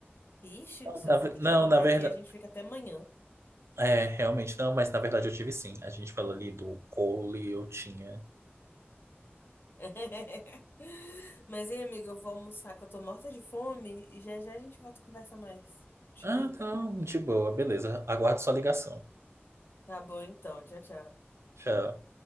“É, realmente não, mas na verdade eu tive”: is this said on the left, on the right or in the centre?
Right